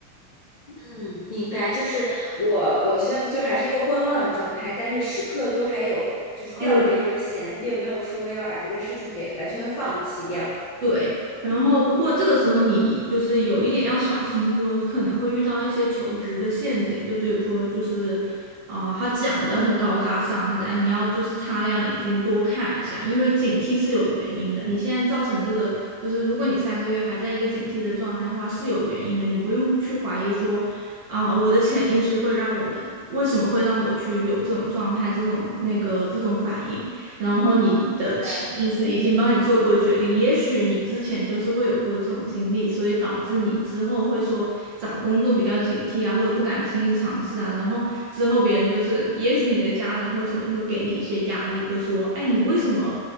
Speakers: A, on the left; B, on the right.
A: 嗯，明白，就是我，我现在就还是一个观望的状态，但是时刻都还有就是吊着这根弦，
B: 还有。
A: 并没有说要把这个事情给完全放弃掉。明
B: 对，然后不过这个时候你就是有一点要小心说，可能会遇到一些求职的陷阱，就比如说就是，啊、他讲的很高大上啊，怎样，你要就是擦亮眼睛多看一下，因为警惕是有原因的。你现在造成这个，就是如果你三个月还在一个警惕的状态的话，是有原因的，你不用去怀疑说，啊、我的潜意识会让我们为什么会让我去有这种状态，这种那个这种反应。然后你的潜意识已经帮你做过决定，
A: 白，
B: 也许你之前就是会有过这种经历，所以导致你之后会说找工作比较警惕啊，或者不敢轻易尝试啊，然后之后别人就是，也许你的家人或者什么就会给你一些压力，就说，哎，你为什么